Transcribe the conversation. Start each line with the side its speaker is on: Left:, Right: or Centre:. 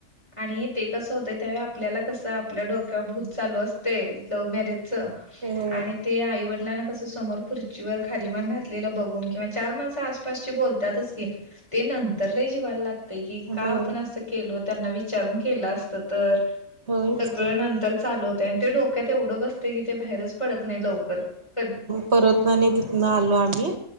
Left: आणि ते कसं होतंयं त्यावेळी आपल्याला कसं आपल्या डोक्यावर भूत चालू असतयं लव्ह मॅरेज च
Right: होय
Left: आणि ते आईवडिलांना कस समोर खुर्चीवर खालीमान घातलेलं बघून किंवा चार माणस आसपासची बोलतातच की ते नंतरला जिवायला लाग की का
Right: होय
Left: आपण असं केल त्यांना विचारून केलं असत तर...
Right: होयच
Left: सगळं
Right: की.
Left: नंतर चालू होत आणि ते डोक्यात एवढं बसते कि ते बाहेरच... पडत नाही लवकर कध
Right: परतना नाही तिथनं आलो आम्ही